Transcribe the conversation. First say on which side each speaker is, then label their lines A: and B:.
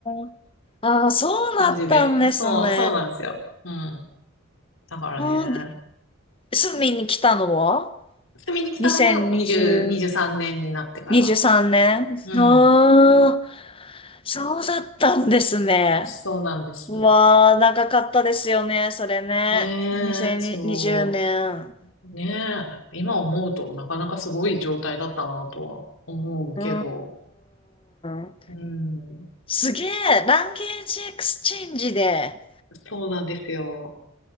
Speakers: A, on the left; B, on the left.
A: ん。ああ、そうだったんですね。
B: 感じで。そう、そうなんですよ。うん。だからね、
A: うん、で、住みに来たのは
B: 住みに来たのが20、
A: ?2020、
B: 23年になってから。
A: 23年ああ、
B: うん。
A: そうだったんですね。
B: そうなんです。
A: わあ、長かったですよね、それね。
B: ねえ、
A: 2020年。
B: そう。ねえ、今思うとなかなかすごい状態だったなとは思うけど、
A: うーん。
B: うん、
A: すげえ、ランゲージエクスチェンジで
B: そうなんですよ。